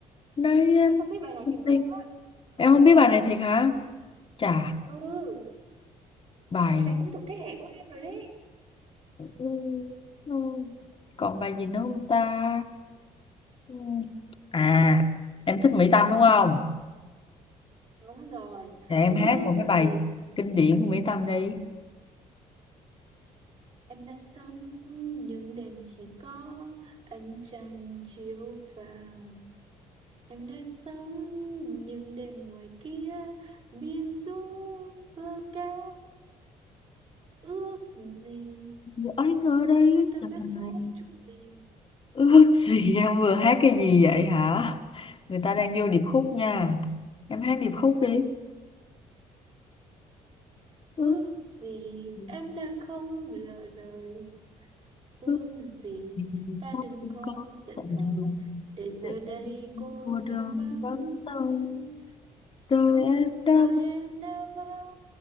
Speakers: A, on the left; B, on the right.
A: nay em
B: Em không biết bài này thiệt luôn
A: tình.
B: á.
A: em không biết bài này thiệt hả chà
B: Ừ,
A: bài
B: bài này cũng thuộc thế hệ của em rồi đấy.
A: Ừ, ừ. còn bài gì nữa không ta Ừ. à em thích Mỹ Tâm đúng không
B: Đúng rồi.
A: Để em
B: Ước
A: hát một
B: gì
A: cái bài kinh điển của Mỹ Tâm đi.
B: Em đã sống những đêm chỉ có ánh trăng chiếu vào. Em đã sống những đêm ngoài kia biên du vơ ca. Ước gì
A: Giờ anh ở đây
B: một
A: giờ
B: tờ vé số
A: này
B: trùng liền.
A: Ước gì em vừa hát cái gì vậy hả? Người ta đang vô điệp khúc nha. Em hát điệp khúc đi.
B: Ước
A: ước
B: gì
A: gì
B: em đã không lỡ lời. Ước
A: ước
B: gì
A: gì
B: ta
A: có
B: đừng
A: không
B: có
A: có
B: giận
A: giờ
B: hờn.
A: này
B: Để giờ đây
A: để
B: cô
A: em cô đơn
B: đơn vắng
A: vắng tay
B: tên
A: đời
B: đời,
A: em đã
B: đời
A: vắng
B: em đã vắng